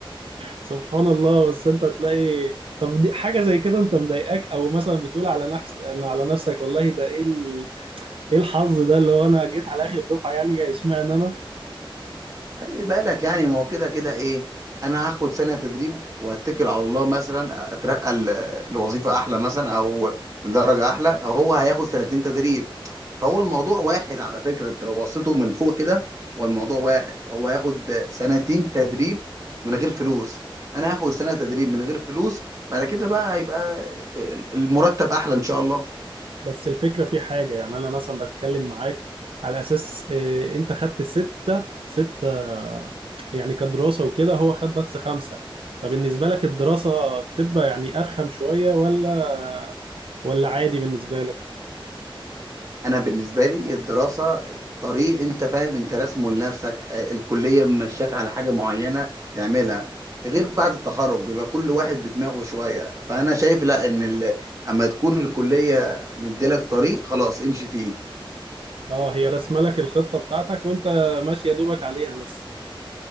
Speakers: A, on the right; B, on the right.
A: سبحان الله بس انت تلاقي طب دي حاجه زي كده انت مضايقاك او مثلا بتقول على نفس انا على نفسك والله ده ايه ال... ايه الحظ ده اللي هو انا جيت على اخر دفعه يعني اشمعنى انا
B: خلي بالك يعني ما هو كده كده ايه انا هاخد سنه تدريب واتكل على الله مثلا اترقى ل- لوظيفه احلى مثلا او لدرجه احلى هو هياخد سنتين تدريب فهو الموضوع واحد على فكره انت لو بصيته من فوق كده هو الموضوع واحد هو هياخد سنتين تدريب من غير فلوس انا هاخد سنه تدريب من غير فلوس بعد كده بقى هيبقى المرتب احلى ان شاء الله
A: بس الفكره في حاجه يعني انا مثلا بتكلم معاك على اساس اه انت خدت ستة ستة يعني كدراسه وكده هو خد بس خمسه فبالنسبه لك الدراسه بتبقى يعني ارخم شويه ولا ولا عادي بالنسبه لك
B: انا بالنسبه لي الدراسه طريق انت فاهم انت راسمه لنفسك آه، الكليه ممشاك على حاجه معينه تعملها غير بعد التخرج بيبقى كل واحد بدماغه شويه فانا شايف لا ان ال... اما تكون الكليه مديلك طريق خلاص امشي فيه
A: اه هي رسمه لك الخطه بتاعتك وانت ماشي يا دوبك عليها بس